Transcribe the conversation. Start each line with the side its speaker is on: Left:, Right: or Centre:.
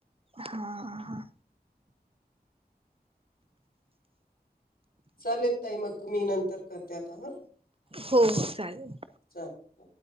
Right: हा हा.
Left: चालेल ताई मगं मी नंतर करते आता.
Right: हो चालेल.
Left: चालेल